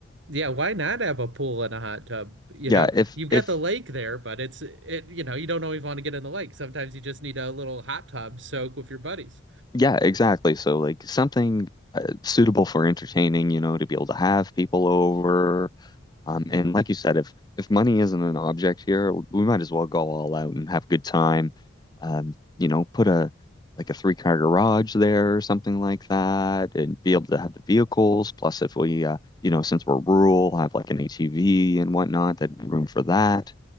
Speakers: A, on the right (about 65°); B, on the left (about 20°).
A: yeah, why not have a pool and a hot tub? You
B: Yeah,
A: know,
B: if
A: you've
B: if
A: got the lake there, but it's it, you know, you don't always want to get in the lake. Sometimes you just need a little hot tub soak with your buddies.
B: yeah, exactly. So like something uh, suitable for entertaining, you know, to be able to have people over. Um,
A: Mhm.
B: and like you said, if if money isn't an object here, we might as well go all out and have a good time. Um, you know, put a like a three car garage there or something like that, and be able to have the vehicles. Plus, if we, uh, you know, since we're rural, have like an ATV and whatnot, that'd be room for that.